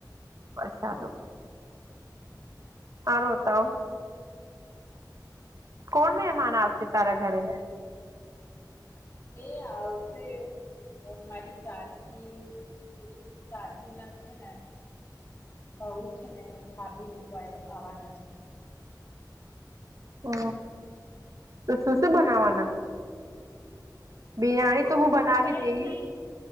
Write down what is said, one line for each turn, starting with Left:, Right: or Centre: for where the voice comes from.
Right: વરસાદોમાં સારુંતાવ કોણ મહેમાન આવશે તારા ઘરે
Left: એ આવશે એ મારી ચાચી ચાચી ના છે ને બહુ છે ને ભાભી લોકો આવવાના છે
Right: હ તો શુંસ બનાવાના બિરયાની હું
Left: એ
Right: બનાવી
Left: તો કઈ
Right: દઈશ
Left: નહી